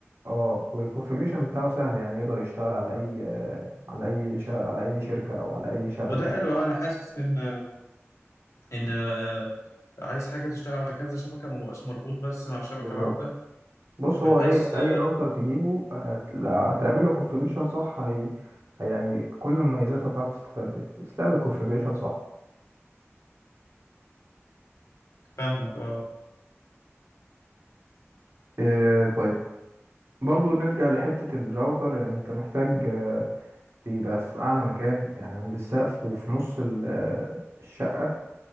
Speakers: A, on the right; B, on the left.
A: اه والكونفجريشن بتاعه سهل يعني يقدر يشتغل على أي على أي ش... على أي شركة أو على أي شبكة
B: ما ده
A: يعني
B: حلو آه، أنا حاسس إن إن آه، عايز حاجة تشتغل على كذا شبكة ما بقاش مربوط بس مع شبكة
A: بالظبط
B: واحدة
A: بص
B: بحيث
A: هو أي
B: آه،
A: أي راوتر تجيبه هت... هتعمل له كونفجريشن صح هي... هي- يعني كل مميزاته هتعرف تستفاد بيها بس تعمل كونفجريشن صح
B: فاهمك آه
A: إيه طيب برضو نرجع لحتة الراوتر يعني أنت محتاج آه، تبقى في أعلى مكان يعني عند السقف وفي نص ال- آه، الشقة